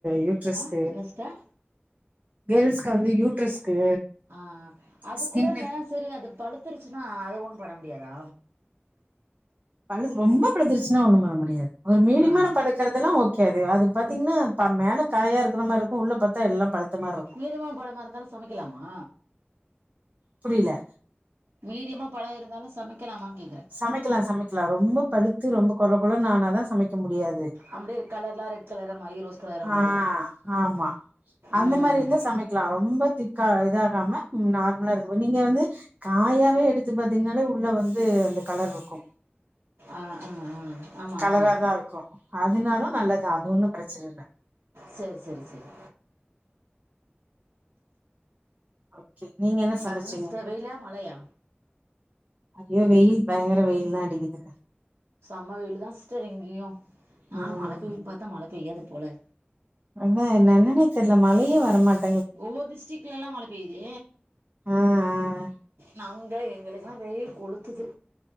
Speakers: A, on the right; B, on the right.
A: யூட் யூட்ரஸ்க்
B: ஆ என்ன சிஸ்டர்
A: கேள்ஸ்க்கு வந்து யூட்ரஸ்க்கு
B: ஆ அது
A: ஸ்கின்னு
B: கூட செரி அது பழுத்துருச்சுன்னா அது ஒண்ணு பண்ண முடியாதா
A: பழு ரொம்ப பழுத்துருச்சுன்னா ஒண்ணு பண்ண முடியாது ஒரு மீடியமான
B: ஆ
A: பழு க்கிறதெல்லா ஓகே அது அது பாத்தீங்கன்னா ப மேல காயா இருக்குற மாரி இருக்கு உள்ள பாத்தா எல்லா பழுத்த மார்ருக்
B: மீடியமா பழமா இருந்தாலு சமக்கிலாமா
A: புரியில
B: மீடியமா பழோ இருந்தாலு சமைக்கலாமான்னு கேட்குறே
A: சமைக்கலா சமைக்கலா ரொம்ப பழுத்து ரொம்ப கொழ கொழனு ஆனா தா சமைக்க முடியாது
B: அப்படியே கலர்லாம் ரெட் கலரை மாதிரி ரோஸ் கலரை
A: ஆ
B: மாதிரி
A: ஆமா அந்த
B: ம்
A: மாரி இருந்தா சமைக் க்கலா ரொம்ப திக்கா இதாகாம நார்மலா இருக்கு நீங்க வந்து காயாவே எடுத்து பாத்தீங்னாலே உள்ள வந்து அந்த கலர்ருக்கு
B: ஆ ஆ ஆ ஆமாம்
A: கலராதா இருக்கு அதுனாலு நல்லதா அது ஒண்ணு ப்ரச்சன இல்ல
B: செர் செரி செரி
A: ஓகே நீங்க என்ன சமைச்சீங்க
B: அங்க என்ன சிஸ்டர் வெய்லா மழயா
A: ஐயோ வெய்யில் பயங்கர வெய்யில் தா அடிக்குது
B: செம்ம வெயிலு தா சிஸ்ட்ர் இங்கயு நானு
A: ம்
B: மழ பெய்யு பாத்தா மழ பெய்யாது போல
A: அதா என்னன்னே தெர்ல மழயே வரமாட்
B: ஒவ்வொரு டிஸ்டரிக்லல்லா மழ பெய்து
A: ஆ ஆ
B: நவுங்க எங்களுக்லா வெய்யில் கொளுத்துது